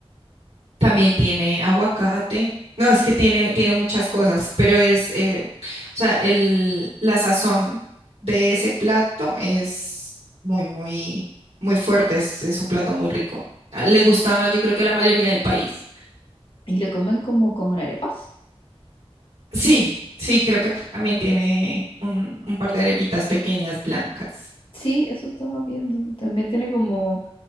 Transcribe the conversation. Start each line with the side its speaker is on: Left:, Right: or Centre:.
Right: También tiene aguacate. No, es que tiene, tiene muchas cosas, pero es, eh, o sea, el, la sazón de ese plato es muy, muy, muy fuerte. Es, es un plato muy rico. Ah, Le gusta, yo creo que a la mayoría del país.
Left: ¿Y lo comen como con arepas?
Right: Sí, sí, creo que también tiene un, un par de arepitas pequeñas blancas.
Left: Sí, eso estaba viendo. También tiene como,